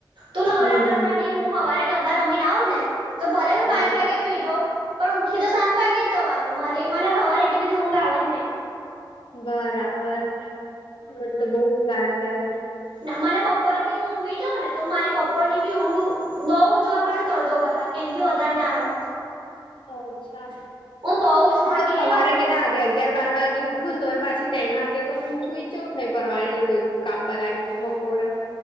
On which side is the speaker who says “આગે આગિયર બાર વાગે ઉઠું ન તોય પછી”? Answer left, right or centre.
Left